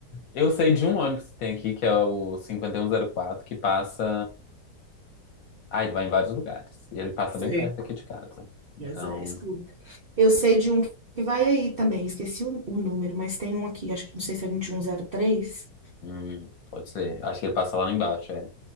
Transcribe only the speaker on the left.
Eu sei de um ônibus que tem aqui, que é o cinquenta e um zero quatro que passa. Ah, ele vai em vários lugares. E ele passa
bem perto aqui de casa. Então,
hum, pode ser. Acho que ele passa lá embaixo, é.